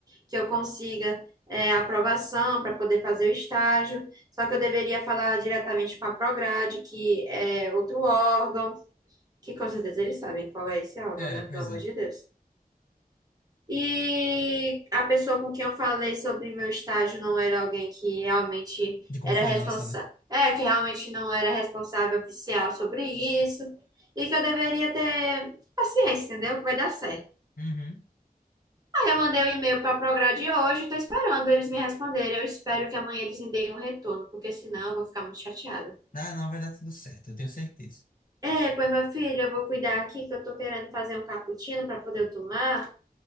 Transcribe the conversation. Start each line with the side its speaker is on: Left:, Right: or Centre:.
Right: que eu consiga é, aprovação para poder fazer o estágio. Só que eu deveria falar diretamente com a Prograde, que é outro órgão. que com certeza eles sabem qual é esse álbum,
Left: É,
Right: né?
Left: pois
Right: Pelo amor
Left: é.
Right: de Deus. E a pessoa com quem eu falei sobre meu estágio não era alguém que realmente
Left: De confiança,
Right: era responsável,
Left: né?
Right: é, que realmente não era responsável oficial sobre isso, e que eu deveria ter paciência, entendeu? Que vai dar certo.
Left: Uhum.
Right: Aí eu mandei o um e-mail para a Prograde hoje e tô esperando eles me responderem. Eu espero que amanhã eles me deem um retorno, porque senão eu vou ficar muito chateada.
Left: Ah, não, vai dar tudo certo, eu tenho certeza.
Right: É, pois meu filho, eu vou cuidar aqui que eu tô querendo fazer um cappuccino para poder eu tomar.